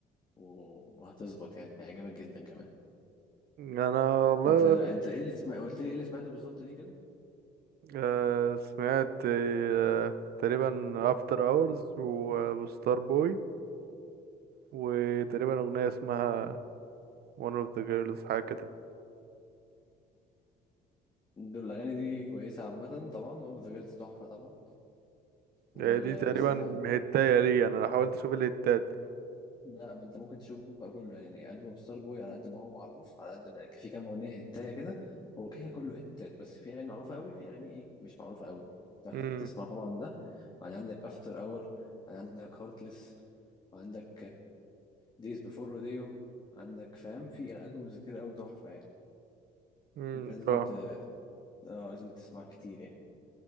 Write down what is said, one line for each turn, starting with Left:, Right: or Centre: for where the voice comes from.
Left: و- وهتظبط يعني هيعجبك جدا كمان
Right: انا والله
Left: انت انت ايه اللي سمع قلت لي ايه اللي سمعته بالظبط ليه كده
Right: آه، سمعت آه، تقريبا افتر اورز وستار بوي وتقريبا اغنية اسمها one of the girls حاجة كده
Left: دول الاغاني دي كويسه عامه طبعا وذا جيرلز تحفه طبعا
Right: يعني
Left: وبس
Right: دي تقريبا
Left: انا
Right: هتاية لي انا لو حاولت اشوف الهتات
Left: لا ما انت ممكن تشوف بقى كله يعني ألبوم ستار بوي على قد ما هو معروف على قد ما في كام أغنية هتاية كده هو كده كده كله هتات بس في أغاني معروفة قوي في أغاني إيه مش معروفة قوي انت محتاج
Right: امم
Left: تسمع طبعا ده وبعدين عندك أفتر أور عندك هارتلس وعندك دايز بيفور روديو عندك فاهم في ألبومز كتير قوي تحفة يعني
Right: امم
Left: انت لازم
Right: اه
Left: ت... اه لازم تسمع كتير يعني